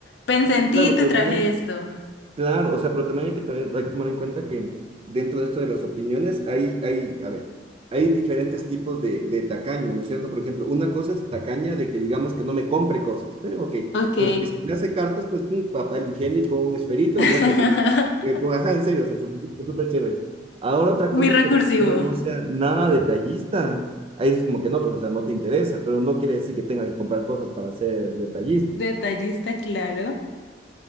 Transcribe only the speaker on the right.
Claro,
pero
también,
Claro, o sea, pero también hay que, también, hay que tomar en cuenta que dentro de esto de las opiniones hay, hay, a ver, hay diferentes tipos de, de tacaño, ¿no es cierto? Por ejemplo, una cosa es tacaña de que digamos que no me compre cosas, pero ok,
pero que si me hace cartas, pues un papel higiénico, un esferito,
yo feliz. Eh, pues, ajá, en serio, o sea, súper súper chévere. Ahora otra
cosa
es que la persona no sea nada detallista. Ahí es como que no, pues, o sea, no te interesa, pero no quiere decir que tenga que comprar cosas para ser detallista.